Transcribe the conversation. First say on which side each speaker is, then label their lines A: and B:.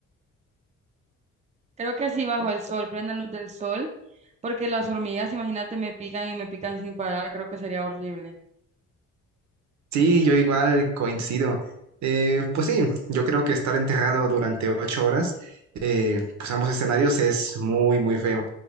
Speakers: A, on the right; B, on the right.
A: Creo que sí, bajo el sol, plena luz del sol, porque las hormigas, imagínate, me pican y me pican sin parar, creo que sería horrible.
B: Sí, yo igual coincido. Eh, pues sí, yo creo que estar enterrado durante ocho horas, eh, pues ambos escenarios es muy, muy feo.